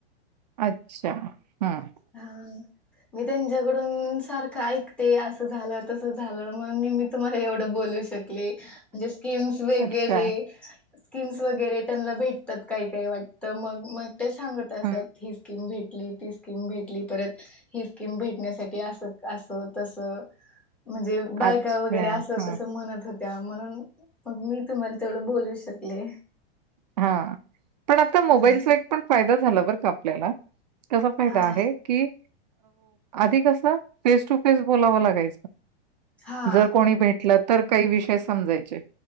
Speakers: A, on the right (about 40°); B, in the centre.
A: अच्छा. हं.
B: हा. मी त्यांच्याकडून सारखं ऐकते, असं झालं, तसं झालं, म्हणून मी मी तुम्हाला एवढं बोल ऊ शकले म्हणजे स्किम्स वैगरे
A: अच्छा.
B: स्कीम्स वगैरे त्यांना भेटतात काही काही वाटतं, मग मग ते सांगत असतात
A: हं.
B: ही स्कीम भेट लितीस किम भेटली परत, ही स्कीम भेटण्यासाठी असं असं तसं म्हणजे बायका
A: अच्छा.
B: वगैरे असं
A: हं,
B: तसं म्हणत होत त्या म्हणून मग मी तुम्हाला तेवढं बोलू शक ले.
A: हा पण आता मोबाईलचा
B: हा
A: एक पण फायदा झाला बरं का. लेला कसा फायदा
B: हा
A: आहे, की आधी कस फेस टू फेस बोलावं लागायचं
B: हा
A: जर कोणी भेटला तर काही विषय समजायचे